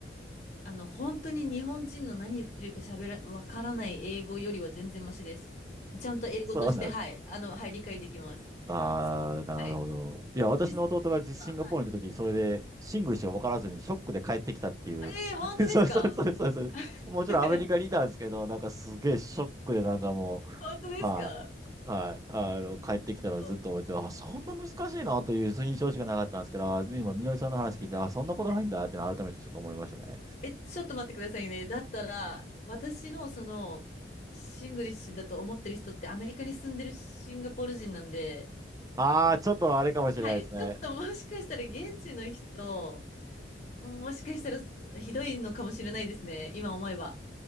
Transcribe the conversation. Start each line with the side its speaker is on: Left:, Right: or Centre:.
Left: あの、本当に日本人の何言ってるか喋ら、わからない英語よりは全然マシです。ちゃんと英語として、
Right: そうなんですね
Left: はい、あの、はい、理解できます。
Right: ああ、
Left: すはい。
Right: なるほど。いや、私の弟がシンガポールに行った時に、
Left: です。はい。
Right: それでシングルしか分からずにショックで帰ってきたっていう。
Left: ええー本当ですか
Right: <laughs> そうそうそうそうそう。もちろんアメリカにいたんですけど、
Left: <laughs>
Right: なんかすげえショックでなんかも
Left: 本当ですか
Right: う、はい、はい、あの、帰ってきたのをずっと思ってて、
Left: なんだろ
Right: あ、そんな難しいなという印象しかなかったんですけど、あ今、みのりさんの話聞いて、あ、そんなことないんだっていうのを改めてちょっと思いましたね。
Left: う。はいえ、ちょっと待ってくださいね。だったら、私のその、シングリッシュだと思ってる人ってアメリカに住んでるシンガポール人なんで、
Right: ああ、ちょっとあれかもしれないですね。
Left: はい、ちょっともしかしたら現地の人、もしかしたらひどいのかもしれないですね、今思えば。